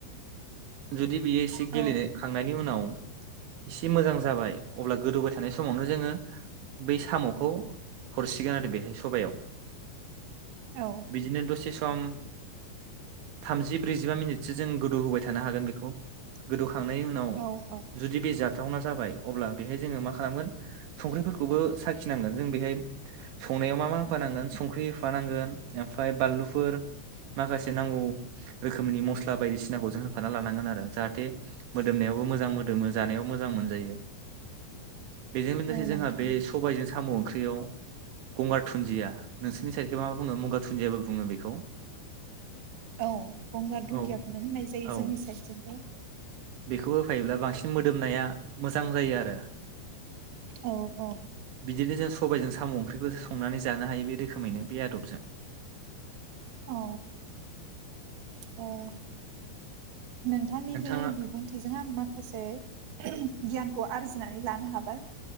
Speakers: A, on the right; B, on the right.
A: जुदि बियो एसे गेलेखांनायनि
B: औ
A: उनाव इसे मोजां जाबाय अब्ला गोदौबाय थानाय समावनो जोङो बै साम'खौ हरसिगोन आरो बेहाय सबायाव
B: औ
A: बिदिनो दसे सम थामजि ब्रैजिबा मिनिटसो जों गोदौ होबाय थानो हागोन बेखौ गोदौ खांनायनि उनाव
B: औ औ
A: जुदि बे जा थावना जाबाय अब्ला बेहाय जोङो मा खालामगोन संख्रिफोरखौबो साखिनांगोन जों बेहाय संनायाव मा मा होफानांगोन संख्रि होफानांगोन ओमफ्राय बानलुफोर माखासे नांगौ रोखोमनि मस्ला बायदिसिना सिनाखौ जों होफान लानांगोन आरो जाहाथे मोदोमनायावबो मोजां मोदोमो जानायाव मोजां मोनजायो। बेजों लोगोसे
B: औ नोंथां
A: जोंहा बे
B: औ
A: सबायजों साम' ओंख्रि बेयाव गंगा थुुनजिया नोंसोरनि साइदखोय मा बुङो मुगा थुुनजियाबो बुङो बेखौ
B: औ गंगार धुनदियाखौनो
A: औ
B: होननाय जायो
A: औ
B: जोंनि सायदथिंबो।
A: बेखौ होफायोब्ला बांसिन मोदोमनाया मोजां जायो आरो।
B: औ औ
A: बिदिनो जों सबायजों साम' ओंख्रिखौ संनानै जानो हायो बे रोखोमैनो बे आदबजों
B: औ ओ नोंथांनि
A: नोंथाङा
B: बे बिबुंथिजों आं माखासे गियानखौ आरजिनानै लानो हाबाय।